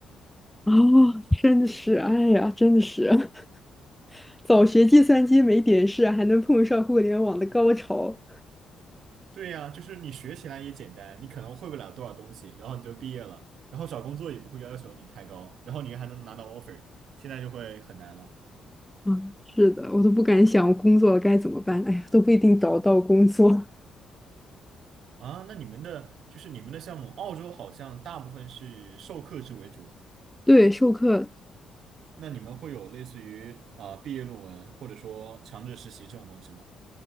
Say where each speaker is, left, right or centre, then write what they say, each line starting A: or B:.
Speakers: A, in the centre; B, on the right.
A: <laughs> 哦，真的是，哎呀，真的是，<laughs> 早学计算机没点事，还能碰上互联网的高潮。
B: 对呀，就是你学起来也简单，你可能会不了多少东西，然后你就毕业了，然后找工作也不会要求你太高，然后你还能拿到 offer，现在就会很难了
A: 嗯，是的，我都不敢想我工作该怎么办，哎呀，都不一定找到工作。
B: 啊。那你们的就是你们的项目，澳洲好像大部分是授课制为主，
A: <laughs> 对，授课
B: 那你们会有类似于啊、呃毕业论文或者说强制实习这种东西吗？